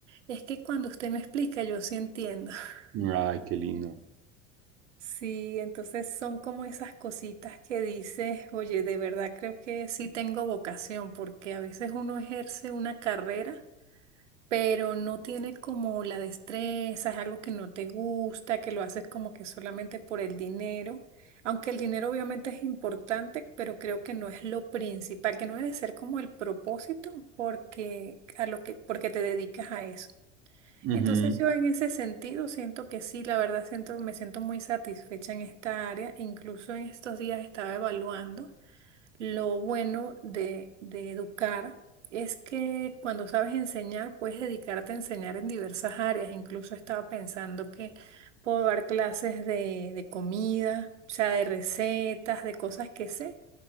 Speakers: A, on the right; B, on the right.
A: Es que cuando usted me explica, yo sí entiendo. <laughs>
B: Ay, qué lindo.
A: Sí, entonces son como esas cositas que dices, oye, de verdad creo que sí tengo vocación, porque a veces uno ejerce una carrera pero no tiene como la destreza, es algo que no te gusta, que lo haces como que solamente por el dinero. Aunque el dinero obviamente es importante, pero creo que no es lo principal, que no debe ser como el propósito porque a lo que porque te dedicas a eso.
B: Ujú.
A: Entonces yo en ese sentido siento que sí, la verdad siento me siento muy satisfecha en esta área, incluso en estos días estaba evaluando lo bueno de, de educar es que cuando sabes enseñar, puedes dedicarte a enseñar en diversas áreas. Incluso estaba pensando que puedo dar clases de, de comida, o sea, de recetas, de cosas que sé.